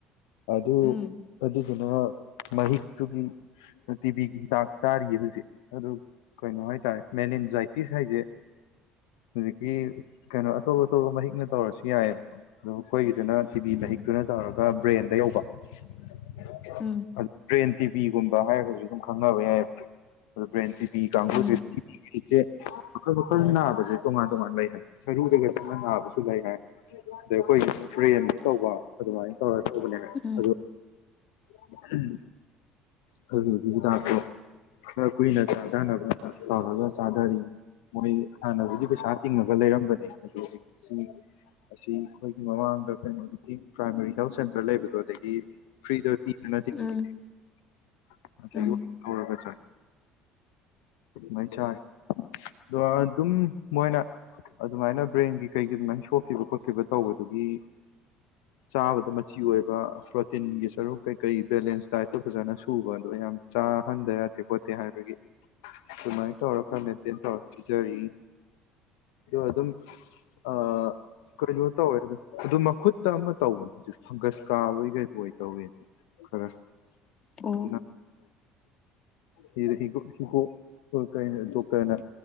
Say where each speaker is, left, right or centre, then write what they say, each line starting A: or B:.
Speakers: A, on the left; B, on the left.
A: ꯑꯗꯨ
B: ꯎꯝ
A: ꯑꯗꯨꯗꯨꯅ ꯃꯍꯤꯛꯇꯨꯒꯤ ꯑꯥ ꯇꯤꯕꯤꯒꯤ ꯍꯤꯗꯥꯛ ꯆꯥꯔꯤꯌꯦ ꯍꯧꯖꯤꯛ ꯑꯗꯨ ꯀꯩꯅꯣ ꯍꯥꯏꯇꯥꯔꯦ ꯃꯦꯟ ꯑꯦꯟꯖꯥꯏꯇꯤꯁ ꯍꯥꯏꯖꯦ ꯍꯧꯖꯤꯛꯀꯤ ꯀꯩꯅꯣ ꯑꯇꯣꯞ ꯑꯇꯣꯞꯄ ꯃꯍꯤꯛꯅ ꯇꯧꯔꯁꯨ ꯌꯥꯏꯌꯦꯕꯀꯣ ꯑꯗꯣ ꯑꯩꯈꯣꯏꯒꯤꯗꯨꯅ ꯇꯤꯚꯤ
B: ꯎꯝ
A: ꯃꯍꯤꯛꯇꯨꯅ ꯇꯧꯔꯒ ꯕ꯭ꯔꯦꯟꯗ ꯌꯧꯕ <inaudible>
B: ꯎꯝ
A: ꯑꯠ ꯕ꯭ꯔꯦꯟ ꯇꯤꯚꯤꯒꯨꯝꯕ ꯍꯥꯏꯔꯒꯁꯨ ꯑꯗꯨꯝ ꯈꯪꯅꯕ ꯌꯥꯏ ꯑꯗꯨ ꯕ꯭ꯔꯦꯟ ꯇꯤꯚꯤ ꯀꯥꯡꯕꯨꯁꯦ
B: ꯎꯝ
A: ꯏꯆꯦ ꯃꯈꯜ ꯃꯈꯜ ꯅꯥꯕꯁꯦ ꯇꯣꯉꯥꯟ ꯇꯣꯉꯥꯟ ꯂꯩ ꯍꯥꯏ ꯁꯔꯨꯗꯒ ꯆꯪꯉꯥ ꯅꯥꯕꯁꯨ ꯂꯩ ꯍꯥꯏ ꯑꯗꯩ ꯑꯩꯈꯣꯏꯁꯤꯅ ꯕ꯭ꯔꯦꯟꯗ ꯇꯧꯕ ꯑꯗꯨꯃꯥꯏꯅ ꯇꯧꯔ ꯇꯧꯕꯅꯦ ꯍꯥꯏ
B: ꯎꯝ
A: ꯑꯗꯨ ꯑꯍꯝ ꯈꯜꯂꯤꯕꯅꯤ ꯍꯤꯗꯥꯛꯇꯣ ꯈꯔ ꯀꯨꯏꯅ ꯆꯥꯖꯅꯕꯅ ꯇꯧꯔꯒ ꯆꯥꯗꯔꯤ ꯃꯣꯏ ꯍꯥꯟꯅꯕꯨꯗꯤ ꯄꯩꯁꯥ ꯇꯤꯡꯉꯒ ꯂꯩꯔꯝꯕꯅꯦ ꯑꯗꯣ ꯍꯧꯖꯤꯛꯁꯤ ꯑꯁꯤ ꯈꯣꯏꯒꯤ ꯃꯃꯥꯡꯗ ꯀꯩꯅꯣ <inaudible> ꯄ꯭ꯔꯥꯏꯃꯥꯔꯤ ꯍꯦꯜꯊ ꯁꯦꯟꯇꯔ ꯂꯩꯕꯗꯣ ꯑꯗꯒꯤ ꯐ꯭ꯔꯤꯗ <inaudible> ꫰ <unintelligible>
B: ꯎꯝ ꯎꯝ
A: ꯍꯧꯔꯒ ꯆꯥꯏ ꯃꯩ ꯆꯥꯏ ꯗꯣ ꯑꯗꯨꯝ ꯃꯣꯏꯅ ꯑꯗꯨꯃꯥꯏꯅ ꯕ꯭ꯔꯦꯟꯒꯤ ꯀꯩꯒꯤ ꯑꯗꯨꯃꯥꯏꯅ ꯁꯣꯛꯈꯤꯕ ꯈꯣꯠꯈꯤꯕ ꯇꯧꯕꯗꯨꯒꯤ ꯆꯥꯕꯗ ꯃꯆꯤ ꯑꯣꯏꯕ ꯄ꯭ꯔꯣꯇꯤꯟꯒꯤ ꯁꯔꯨꯛ ꯀꯩ ꯀꯩ ꯕꯦꯂꯦꯟꯁ ꯗꯥꯏꯠꯇꯣ ꯐꯖꯅ ꯁꯨꯕ ꯑꯗꯣ ꯀꯌꯥꯝ ꯆꯥꯍꯟꯕ ꯌꯥꯗꯦ ꯈꯣꯠꯇꯦ ꯍꯥꯏꯕꯒꯤ ꯗꯨꯨꯃꯥꯏ ꯇꯧꯔ ꯈꯔ ꯃꯦꯟꯇꯦꯟ ꯇꯧꯔ ꯄꯤꯖꯔꯤ ꯗꯣ ꯑꯗꯨꯝ ꯑꯥ ꯀꯩꯅꯣ ꯇꯧꯋꯦ ꯑꯗ ꯑꯗꯨ ꯃꯈꯨꯠꯇ ꯑꯃ ꯇꯧꯕꯅꯦ ꯍꯧꯖꯤꯛ ꯐꯪꯒꯁ ꯀꯥꯕꯒꯤ ꯀꯩ ꯑꯣꯏ ꯇꯧꯋꯦ ꯈꯔ <unintelligible> <inaudible>
B: ꯑꯣ
A: ꯍꯤ ꯍꯤꯒꯣꯛ ꯍꯣꯏ ꯀꯩꯅ ꯗꯣꯛꯇꯔꯅꯥ